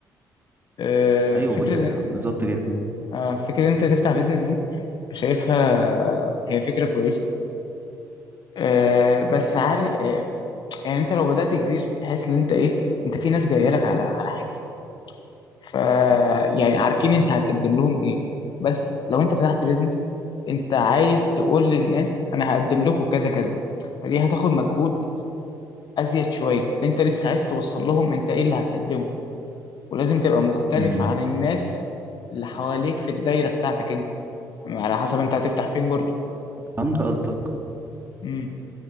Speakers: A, on the left (about 50°); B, on the right (about 20°).
A: آه
B: ايوه
A: فكرة
B: بك... بالظبط كده
A: آه، فكرة إن أنت تفتح بيزنس دي شايفها هي فكرة كويسة آه، بس عارف آه، يعني أنت لو بدأت كبير تحس إن أنت إيه أنت في ناس جاية لك على على حس ف يعني عارفين أنت هتقدم لهم إيه بس لو أنت فتحت بيزنس أنت عايز تقول للناس أنا هقدم لكم كذا كذا فدي هتاخد مجهود أزيد شوية لأن أنت لسه عايز توصل لهم أنت إيه اللي هتقدمه ولازم تبقى مختلف
B: مم.
A: عن الناس اللي حواليك في الدايرة بتاعتك أنت على حسب أنت هتفتح فين برضه
B: فهمت قصدك
A: امم